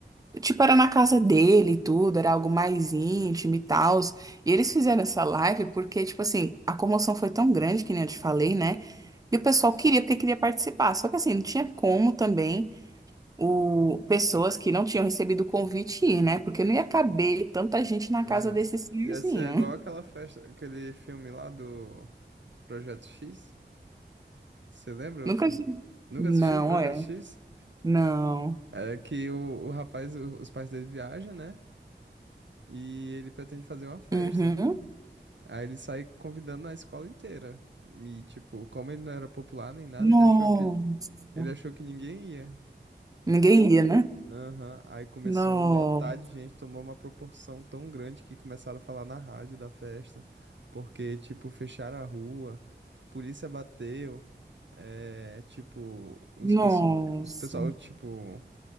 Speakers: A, on the right (about 20°); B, on the right (about 80°).
A: Tipo, era na casa dele e tudo, era algo mais íntimo e tal. E eles fizeram essa live porque, tipo assim, a comoção foi tão grande, que nem eu te falei, né? E o pessoal queria, porque queria participar. Só que assim, não tinha como também o, pessoas que não tinham recebido o convite ir, né? Porque não ia caber tanta gente na
B: Aham.
A: casa desse senhorzinho.
B: Ia ser igual aquela festa, aquele filme lá do Projeto X. Você
A: <laughs>
B: lembra
A: Nunca.
B: o filme?
A: vi.
B: Nunca
A: Não,
B: assistiu o Projeto
A: é.
B: X?
A: Não.
B: É que o, o rapaz, o- os pais dele viajam, né? E ele pretende fazer uma festa.
A: Uhum.
B: Aí ele sai convidando a escola inteira. E, tipo, como ele não era popular nem nada,
A: Nossa.
B: ele achou que, ele achou que ninguém ia.
A: Ninguém ia, né?
B: Aham. Aí começou
A: Nossa.
B: a lotar de gente, tomou uma proporção tão grande que começaram a falar na rádio da festa. Porque, tipo, fecharam a rua, polícia bateu. É, tipo, os,
A: Nossa.
B: pesso- os pessoal, tipo.